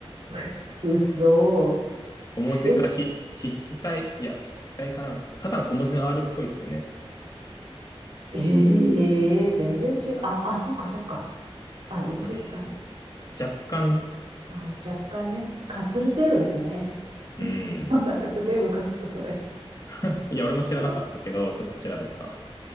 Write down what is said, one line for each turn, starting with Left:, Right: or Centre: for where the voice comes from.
Right: <laughs> 嘘。
Left: 小文字かひ、
Right: え、
Left: 筆記体、いや、筆記体かな。ただの小文字の R っぽいっすよね。
Right: ええ全然違う。あ、あ、そっかそっか。あ、行く、
Left: うん。
Right: あ、
Left: 若干ね。
Right: あ、若干ね、かする程度ですね。
Left: うん。
Right: <laughs> なんかすげえムカつく、それ。
Left: <laughs> いや、俺も知らなかったけど、
Right: な、
Left: ちょっと調べた。